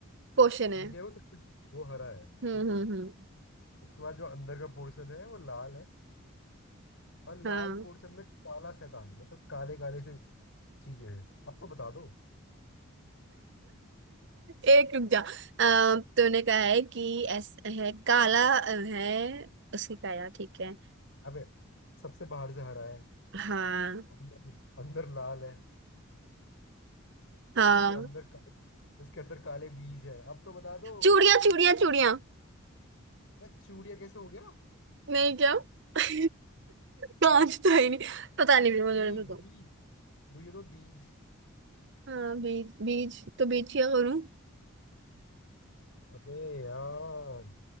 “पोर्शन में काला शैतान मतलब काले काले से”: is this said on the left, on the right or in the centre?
Left